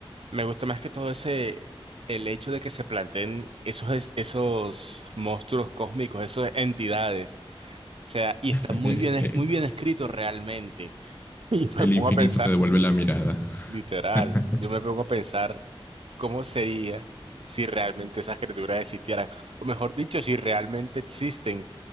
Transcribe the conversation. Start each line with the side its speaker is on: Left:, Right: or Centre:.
Right: Me gusta más que todo ese, el hecho de que se planteen esos, es- esos monstruos cósmicos, esas entidades. O sea, y
Left: <laughs>
Right: está muy bien, es- muy bien escrito realmente. <laughs> Y me
Left: el
Right: pongo
Left: infinito
Right: a pensar,
Left: te devuelve la mirada.
Right: literal,
Left: <laughs>
Right: yo me pongo a pensar cómo sería si realmente esas criaturas existieran. O mejor dicho, si realmente existen,